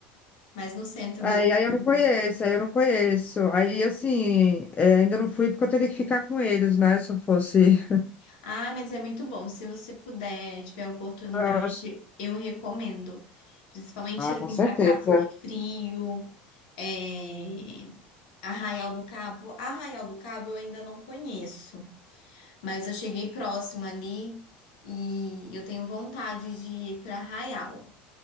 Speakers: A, on the left; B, on the left.
A: mas no centro
B: Aí,
A: mesmo
B: aí
A: do
B: eu não conheço,
A: Rio.
B: aí eu não conheço. Aí, assim, é, ainda não fui porque eu teria que ficar com eles, né? Se eu fosse.
A: Ah, mas é muito bom. Se você puder, tiver a oportunidade,
B: Eu acho-
A: eu recomendo. Principalmente
B: Ah, com
A: assim
B: certeza.
A: para Cabo Frio, é, Arraial do Cabo. Arraial do Cabo eu ainda não conheço, mas eu cheguei próximo ali e eu tenho vontade de ir para Arraial.